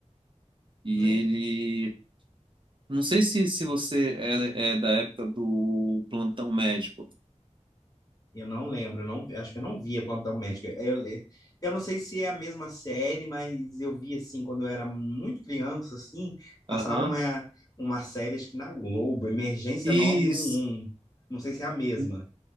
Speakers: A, on the right; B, on the left.
A: E
B: não,
A: ele. Não sei se, se você é, é da época do plantão médico.
B: eu não lembro, não, vi- acho que eu não via Plantão Médico. Eu, le- eu não sei se é a mesma série, mas eu vi assim, quando eu era muito criança, assim, passava
A: Aham.
B: uma, uma série, acho que na Globo, Emergência
A: Isso.
B: nove um um. Não sei se é a mesma,
A: N-